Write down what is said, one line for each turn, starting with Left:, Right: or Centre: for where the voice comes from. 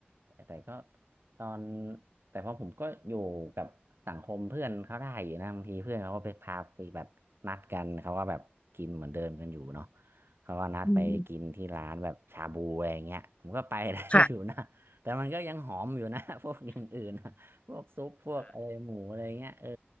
Right: แต่ก็ตอนแต่พอผมก็อยู่กับสังคมเพื่อนเขาได้อยู่นะบางทีเพื่อนเขาก็ไปพาไปแบบนัดกันเขาก็แบบกินเหมือนเดิมกันอยู่เนาะเขาก็นัดไปกินที่ร้านแบบชาบูอะไรอย่างเงี้ยผมก็ไปได้
Left: อืมค่ะ
Right: <laughs> อยู่นะแต่มันก็ยังหอมอยู่นะ <laughs> พวกอย่างอื่นนะพวกซุปพวกอะไรหมูอะไรเงี้ยเออ